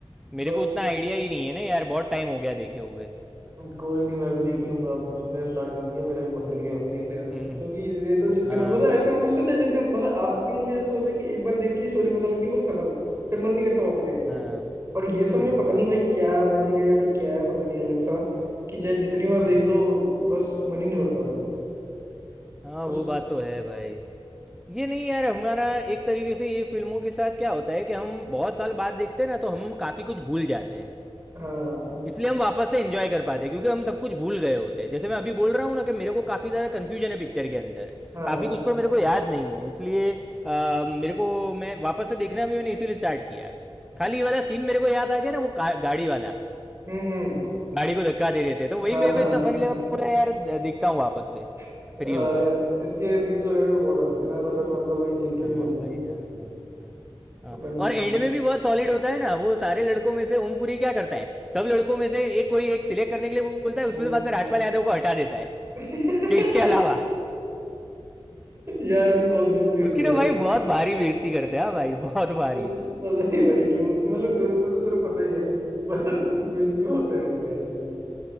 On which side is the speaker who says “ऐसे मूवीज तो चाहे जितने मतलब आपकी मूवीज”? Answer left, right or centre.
Right